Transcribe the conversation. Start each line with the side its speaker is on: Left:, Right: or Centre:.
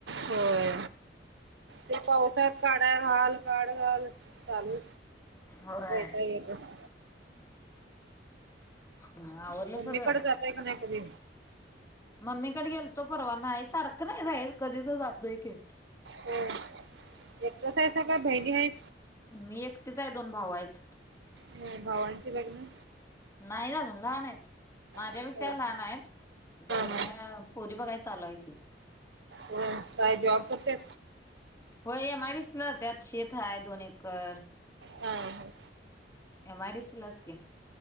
Right: होय ते पावसात काढा घाल काढ घाल चालू
Left: होय
Right: वैताग एकाच.
Left: ह आवरलं
Right: मम्मीकडे
Left: सगळं.
Right: जाताय का नाही कधी
Left: मम्मीकडे गेल तो परवा नाही सारखं नाही जाईल कधी तर जातोय क
Right: हम एकच आहे स का बहिणी आहे.
Left: मी एकटीच आहे दोन भाऊ आहेत.
Right: ह भावांचे लग्न.
Left: नाही अजून लहान आहेत माझ्यापेक्षा
Right: हा
Left: लहान आहेत आता लग्नाला.
Right: हा
Left: पोरी बघाय चालू हाय की.
Right: हो काय जॉब करते
Left: हो यामाईडिसि जात्यात शेत आहे दोन एकर.
Right: हा
Left: एमआयडीसीलाच की.